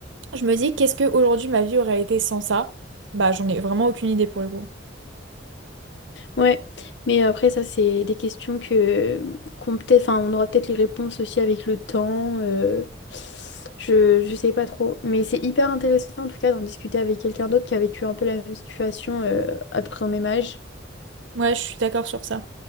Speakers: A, on the right (about 75°); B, on the left (about 65°).
A: Je me dis, qu'est-ce que aujourd'hui ma vie aurait été sans ça? Bah, j'en ai vraiment aucune idée pour le coup.
B: Ouais, mais après ça c'est des questions que qu'on peut-être, enfin on aura peut-être les réponses aussi avec le temps. euh, je je sais pas trop, mais c'est hyper intéressant en tout cas d'en discuter avec quelqu'un d'autre qui a vécu un peu la même situation euh, à peu près au même âge.
A: Ouais, je suis d'accord sur ça.